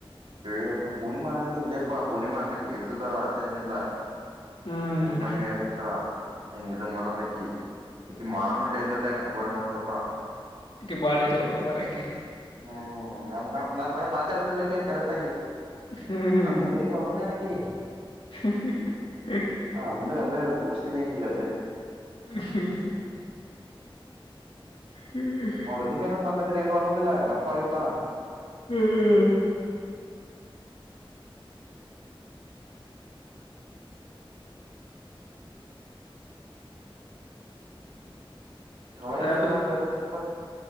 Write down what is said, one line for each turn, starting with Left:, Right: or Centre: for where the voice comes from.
Right: ಏ ಆಕಿ ಪೂರ್ಣಿಮಾ ಹೆಂಗ್ರಿ ಲೇ ಪಾ ಪೂನಿಮಾ ಅ ಇದುದಾ ಅತ್ತನಿಲ್ಲ
Left: ಹ್ಮ್
Right: ಅಕಿನ ಪಾಡಿಗ್ ಆಕಿ ಇರ್ತಾಳ. ಹಿಂಗ್ ಇದನ್ನ ಮಾಡಲ್ಲಕಿ ಮಾಮಿಟು ಎಂತ ಟೈಮ ಬಯನ್ <unintelligible>
Left: ಇಕಿ ಬಾಳ ಡೇಂಜರ್ ಆದಳೋ ಮಾರಾಯ ಅಕಿ.
Right: ಹ್ಮ್ ನಾ ನನ್ನ ಸಂಘಟ ಮಾತೆ ಆಡುದಿಲ್ಲ ಅಕಿ ಕರೆಕ್ಟ್ ಆಗಿ.
Left: ಹ್ಮ್
Right: ನನ್ ಮುಂದೆ ಏನು ಅನ್ನೋದೇನಕಿ
Left: ಹ್ಮ <unintelligible>
Right: ನಾ ಅಂದ್ರ ಅಲ್ಲೇ ತೋರ್ಸ್ತೀನಿ ಈಗ ಅಕಿಗ ಅಲ್ಲೇ.
Left: ಹ್ಮ್ ಹೂ
Right: ಅವ್ ರುಜಿಕೇನು ನನ್ನ ಎದ್ರ ಏನು ಅನ್ನೋದಿಲ್ಲ ಗಫ ಆಗಿರ್ತಾನ.
Left: ಹ್ಮ್ ಹ್ಮ್
Right: ಚೊಲೋ ಆಯ್ತಂತೆ
Left: ಅದಂದ್ರ
Right: ಅವ್ರದೇಲ್ಲಾ ಟ್ರಿಪ್?